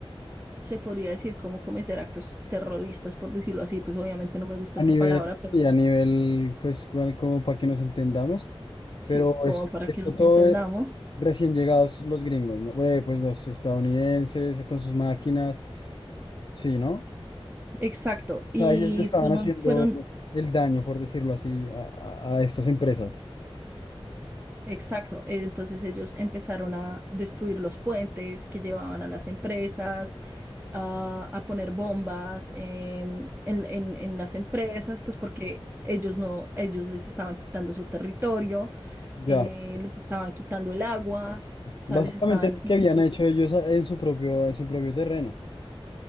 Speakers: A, on the right; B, on the left.
A: se podría decir como cometer actos terroristas, por decirlo así, pues obviamente no me gusta
B: a
A: esa
B: nivel,
A: palabra, pero
B: sí, a nivel, pues, cual- como para que nos entendamos,
A: sí,
B: pero
A: como
B: es,
A: para
B: esto
A: que nos
B: todo
A: entendamos.
B: eh, recién llegados los gringos, ¿no? Eh, Pues los estadounidenses con sus máquinas, sí, ¿no?
A: Exacto, y
B: sea, que le estaban
A: fueron,
B: haciendo
A: fueron,
B: el daño, por decirlo así, a, a- a estas empresas.
A: exacto, eh, entonces ellos empezaron a destruir los puentes que llevaban a las empresas, a, a poner bombas em, en, en, en las empresas, pues porque... Ellos no, ellos les estaban quitando su territorio,
B: Ya.
A: eh, les estaban quitando el agua, o sea,
B: Básicamente
A: les estaban
B: lo
A: quitando
B: que habían hecho ellos a- en su propio, en su propio terreno.